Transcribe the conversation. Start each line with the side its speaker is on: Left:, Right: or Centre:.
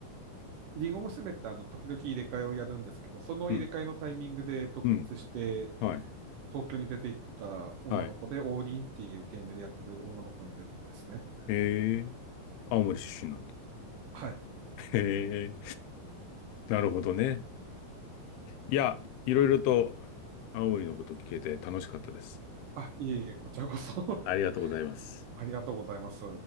Right: リンゴ娘ってあの、時々入れ替えをやるんですけど、その入れ替えのタイミングで独立して、
Left: うん。うん。はい。
Right: 東京に出て行った女の子で、
Left: はい。
Right: 王林っていうゲームでやってる女の子がいるんですね。
Left: えー、青森出身なんだ。
Right: はい。
Left: へえ、なるほどね。いや、いろいろと青森のこと聞けて楽しかったです。
Right: あ、いえいえ、こちらこそ
Left: ありがとうございます。
Right: <laughs> ありがとうございます。